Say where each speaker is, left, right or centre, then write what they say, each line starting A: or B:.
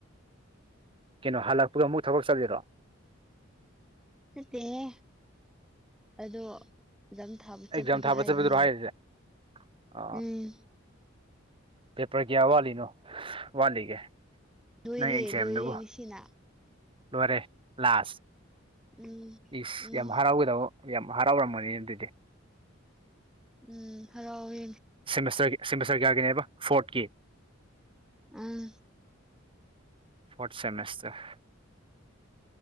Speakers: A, on the right; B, in the centre.
A: ꯀꯩꯅꯣ ꯍꯜꯂꯛꯄꯒ ꯑꯃꯨꯛ ꯊꯕꯛ ꯆꯠꯂꯤꯔꯣ
B: ꯆꯠꯇꯦꯍꯦ ꯑꯗꯣ ꯑꯦꯛꯖꯥꯝ ꯊꯥꯕ
A: ꯑꯦꯛꯖꯥꯝ
B: ꯆꯠꯄꯗꯣ
A: ꯊꯥꯕ
B: ꯍꯥꯏꯕꯅꯦ
A: ꯆꯠꯄꯗꯨꯔꯣ ꯍꯥꯏꯔꯤꯁꯦ ꯑ
B: ꯎꯝ
A: ꯄꯦꯄꯔ ꯀꯌꯥ ꯋꯥꯠꯂꯤ ꯅꯣ ꯋꯥꯠꯂꯤꯒꯦ
B: ꯂꯣꯏꯔꯦ
A: ꯅꯪ ꯑꯦꯛꯖꯥꯝꯗꯨꯕꯨ
B: ꯂꯣꯏꯔꯦ ꯉꯁꯤꯅ
A: ꯂꯣꯏꯔꯦ ꯂꯥꯁ
B: ꯎꯝ
A: ꯏꯁ
B: ꯎꯝ
A: ꯌꯥꯝ ꯍꯔꯥꯎꯒꯗꯕ ꯌꯥꯝ ꯍꯔꯥꯎꯔꯝꯒꯅꯤ ꯑꯗꯨꯗꯤ
B: ꯎꯝ ꯍꯔꯥꯎꯋꯦ
A: ꯁꯦꯃꯦꯁꯇꯔꯒꯤ ꯁꯦꯃꯦꯁꯇꯔ ꯀꯌꯥꯒꯤꯅꯦꯕ ꯐꯣꯔꯠꯀꯤ
B: ꯎꯝ
A: ꯐꯣꯔꯠ ꯁꯦꯃꯤꯁꯇꯔ